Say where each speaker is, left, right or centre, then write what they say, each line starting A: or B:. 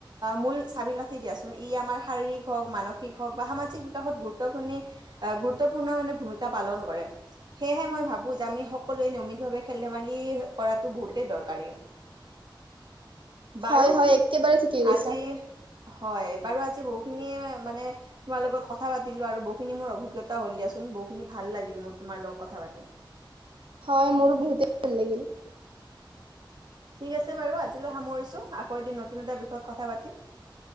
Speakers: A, on the right (about 55°); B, on the right (about 85°).
A: মূল চাবি কাঠি দিয়া। ই আমাৰ শাৰীৰিক হওক মানসিক হওক বা সামাজিক বিকাশত গুৰুত্বপূৰ্ণ গুৰুত্বপূৰ্ণ মানে ভূমিকা পালন কৰে সেয়েহে মই ভাবোঁ যে আমি সকলোৱে নিয়মিতভাৱে খেল ধেমালি কৰাটো বহুতেই দৰকাৰী বাৰু
B: হয় হয় একেবাৰে ঠিকেই কৈছা।
A: আজি হয় বাৰু আজি বহুতখিনি মানে তোমাৰ লগত কথা পাতিলো আৰু বহুখিনি মোৰ অভিজ্ঞতাও হ'ল দিয়াচোন। বহু খিনি ভাল লাগিল মোৰ তোমাৰ লগত কথা পাতি।
B: হয় মোৰো বহুতে ভাল লাগিল।
A: ঠিক আছে বাৰু আজিলৈ সামৰিছোঁ আকৌ এদিন নতুন এটা বিষয়ত কথা পাতিম।